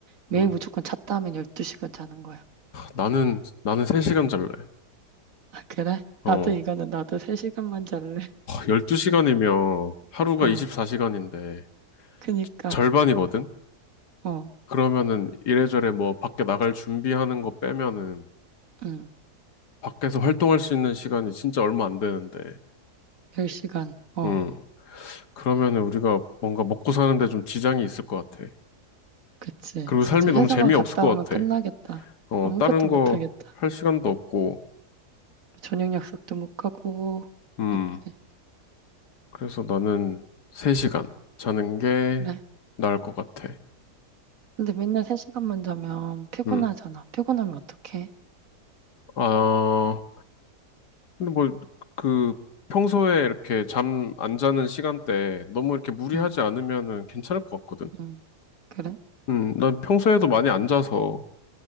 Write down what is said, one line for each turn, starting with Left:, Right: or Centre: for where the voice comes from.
Right: 매일
Left: 음,
Right: 무조건 잤다 하면 12시간 자는 거야.
Left: 나는, 나는 3시간 잘래.
Right: 아, 그래?
Left: 어,
Right: 나도 이거는 나도 3시간만 잘래.
Left: 12시간이면 하루가
Right: <laughs> 어.
Left: 24시간인데,
Right: 그니까.
Left: 절반이거든?
Right: 어.
Left: 그러면은 이래저래 뭐 밖에 나갈 준비하는 거 빼면은
Right: 응.
Left: 밖에서 활동할 수 있는 시간이 진짜 얼마 안 되는데,
Right: 10시간. 어.
Left: 음, 그러면은 우리가 뭔가 먹고 사는데 좀 지장이 있을 것 같아.
Right: 그치.
Left: 그리고
Right: 진짜
Left: 삶이
Right: 회사만
Left: 너무 재미없을
Right: 갔다
Left: 것
Right: 오면
Left: 같아.
Right: 끝나겠다.
Left: 어,
Right: 아무것도
Left: 다른
Right: 못
Left: 거
Right: 하겠다.
Left: 할 시간도 없고,
Right: 저녁 약속도 못 가고.
Left: 음,
Right: 그치.
Left: 그래서 나는 3시간 자는 게
Right: 그래.
Left: 나을 것 같아.
Right: 근데 맨날 3시간만 자면 피곤하잖아.
Left: 음,
Right: 피곤하면 어떡해?
Left: 아, 근데 뭐, 그, 평소에 이렇게 잠 안 자는 시간대 너무 이렇게 무리하지
Right: 응,
Left: 않으면은 괜찮을 것 같거든.
Right: 응. 그래?
Left: 음, 난 평소에도 많이 앉아서,